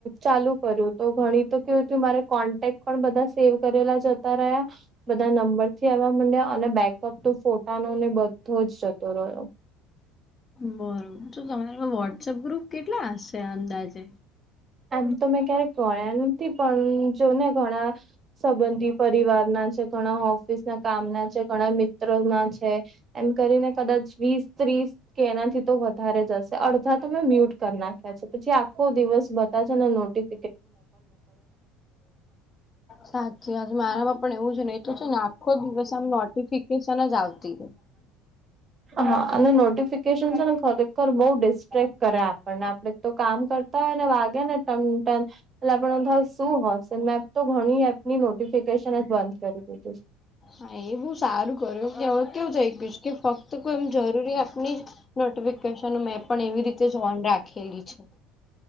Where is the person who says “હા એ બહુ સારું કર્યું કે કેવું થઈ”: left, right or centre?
Left